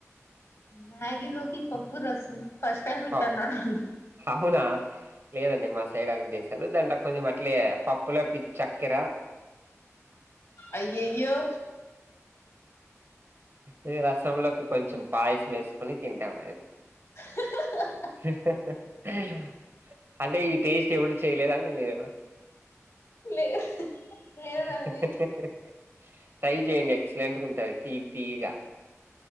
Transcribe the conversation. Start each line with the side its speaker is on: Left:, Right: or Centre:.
Left: మ్యాగి లోకి పప్పు రసం ఫస్ట్ టైమ్ వింటాన్నా
Right: పప్
Left: నండి
Right: అవునా లేదండి మా సైడ్ అలగె చేస్తారు దాంట్లో కొంచెం అట్లే పప్పులోకి చక్కెర
Left: అయ్యయ్యో
Right: ఇహ రసంలోకి కొంచెం పాయసం వేసుకొని తింటాం అలాగని
Left: <inaudible>
Right: <inaudible> అంటే ఈ టేస్ట్ ఎప్పుడు చేయలేదండి మీరైన <inaudible>
Left: లే లేదండి
Right: ట్రై చేయండి ఎక్సలెంట్గా ఉంటాది తీయ్యి తీయ్యగా